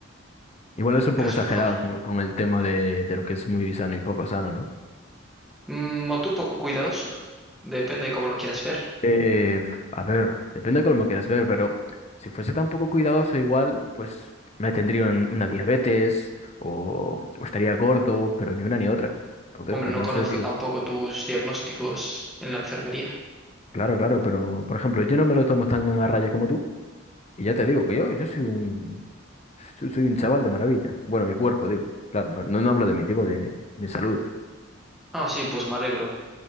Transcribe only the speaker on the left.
Igual es un poco
exagerado
con, con el tema de, de lo que es muy sano y poco sano, ¿no?
Eh, a ver, depende de cómo lo quieras ver, pero si fuese tan poco cuidadoso igual, pues me tendría un- una diabetes o, o estaría gordo, pero ni una ni otra. Entonces,
pues
no
sé, tío.
Claro, claro, pero por ejemplo, yo no me lo tomo tan a raya como tú. Y ya te digo que yo, yo soy un, so- soy un chaval de maravilla. Bueno, mi cuerpo, digo. Claro, no, no, no hablo de mí, digo de mi salud.